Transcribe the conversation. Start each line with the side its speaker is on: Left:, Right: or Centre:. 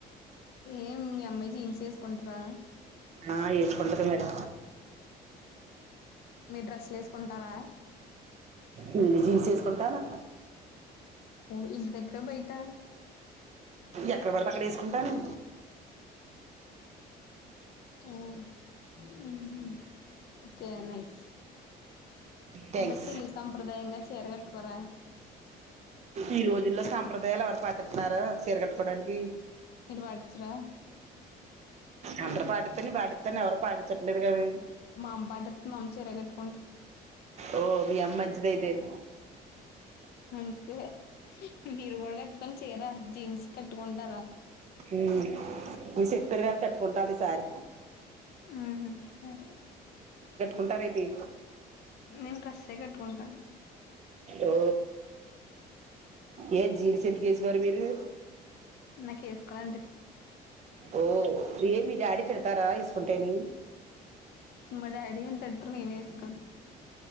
Left: ఏం మీయమ్ మ్మాయ్ జీన్స్ ఎస్కుంటదా
Right: ఆ ఏస్కుంటది మరి
Left: మీరు డ్రస్లు ఏస్కుంటారా
Right: నేను జీన్స్ వేసుకుంటాను
Left: ఓ ఇంటి దగ్గరా బయటా
Right: ఎక్కడ పడితే అక్కడ ఏసుకుంటాను
Left: ఉమ్ మ్మ్ హ్మ్ కే నైస్
Right: థ్యాంక్స్
Left: అంటే తెలుగు సంప్రదాయంగా చీర కట్టుకోరా.
Right: ఈ రోజుల్లో సాంప్రదాయాలు ఎవరు పాటిత్తున్నారు చీర గట్టుకోవడానికి
Left: మీరు పాటిచ్చరా
Right: అందరు పాటిత్తేనే పాటిత్తాను ఎవరు పాటించట్లేదు కదే
Left: మా అమ్మ పాటికు మా అమ్మ చీరే కట్కుంట్
Right: ఓ మీ అమ్మ మంచిదైతే
Left: మంచిదే మీరు కూడా కట్టుకొని చీర జీన్స్ కట్టుకుంటారా
Right: ఊ మీరు చెప్పారు గాటి కట్టుకుంటాను ఈసారి
Left: ఊహూ సరే
Right: ఉంటారేటి
Left: నేను డ్రస్సే కట్టుకుంటాను
Right: ఓ ఏ జీన్స్ ఎట్టుకేసుకోరు మీరు
Left: నాకేసుకోవాల <unintelligible>
Right: ఓ ఏ మీ డాడీ తిడతారా ఏసుకుంటేని
Left: మా డాడీ ఎంత ననే వేసుకోను